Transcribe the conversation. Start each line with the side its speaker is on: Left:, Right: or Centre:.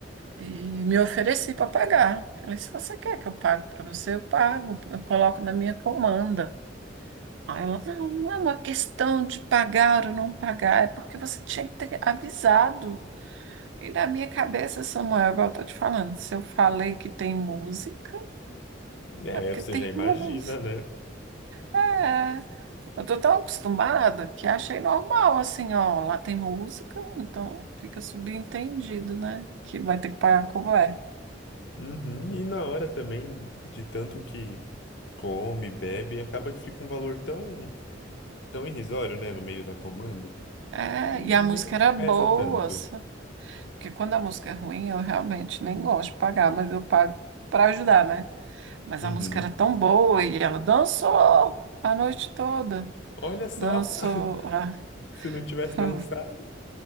Right: E me ofereci para pagar. Falei, se você quer que eu pague para você, eu pago, eu coloco na minha comanda. Aí ela, não, não é uma questão de pagar ou não pagar, é porque você tinha que ter avisado. E na minha cabeça, Samuel, igual eu tô te falando, se eu falei que tem música,
Left: É,
Right: é porque
Left: você
Right: tem
Left: já imagina,
Right: <laughs> música.
Left: né?
Right: É, eu tô tão acostumada que achei normal, assim, ó, lá tem música, então fica subentendido, né? Que vai ter que pagar como é.
Left: Uhum, E na hora também, de tanto que come, bebe, acaba que fica um valor tão, tão irrisório, né, no meio da comanda,
Right: É,
Left: que
Right: e a
Left: nem
Right: música era boa,
Left: pesa tanto.
Right: Porque quando a música é ruim, eu realmente nem gosto de pagar, mas eu pago para ajudar, né? Mas
Left: Uhum.
Right: a música era tão boa e ela dançou a noite toda.
Left: Olha só,
Right: Dançou.
Left: <laughs>
Right: ah,
Left: se não tivesse
Right: <laughs>
Left: dançado,